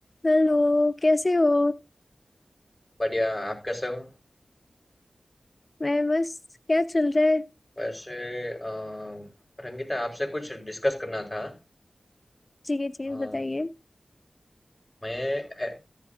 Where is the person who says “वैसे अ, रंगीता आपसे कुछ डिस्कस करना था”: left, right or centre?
Left